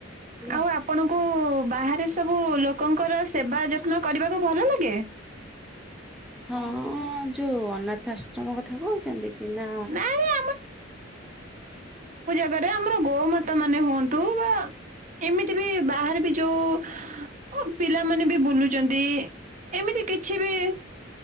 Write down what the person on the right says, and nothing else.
ଆଉ ଆପଣଙ୍କୁ ବାହାରେ ସବୁ ଲୋ ଲୋକଙ୍କର ସେବା ଯତ୍ନ କରିବାକୁ ଭଲ ଲାଗେ।
ନାଇଁ ନାଇଁ ଘରେ ଆମର ଗୋମାତା ମାନେ ହୁଅନ୍ତୁ ବା ଏମିତି ବି ବାହାରେ ବି ଯୋଉ ଓ ପିଲାମାନେ ବି ବୁଲୁଛନ୍ତି ଏମିତି କିଛି ବି